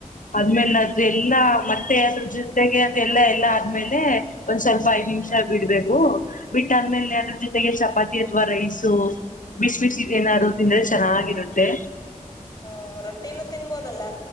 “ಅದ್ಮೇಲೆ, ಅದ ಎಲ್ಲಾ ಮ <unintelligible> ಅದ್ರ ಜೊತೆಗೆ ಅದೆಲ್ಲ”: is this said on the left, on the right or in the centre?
Left